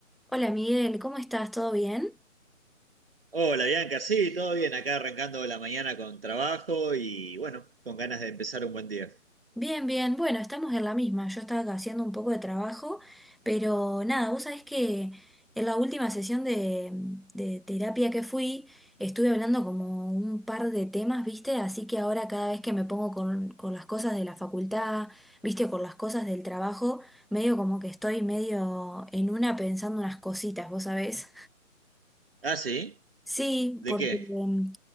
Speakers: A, in the centre; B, on the right (about 45°).
A: Hola Miguel, ¿cómo estás? ¿Todo bien?
B: Hola Bianca, sí, todo bien, acá arrancando la mañana con trabajo y bueno, con ganas de empezar un buen día.
A: Bien, bien. Bueno, estamos en la misma. Yo estaba acá haciendo un poco de trabajo, pero nada, vos sabés que en la última sesión de, de terapia que fui, estuve hablando como un par de temas, ¿viste? Así que ahora cada vez que me pongo con, con las cosas de la facultad, ¿viste? O con las cosas del trabajo, medio como que estoy medio en una pensando unas cositas, ¿vos sabés?
B: Ah, sí,
A: Sí,
B: ¿de
A: porque...
B: qué?
A: em,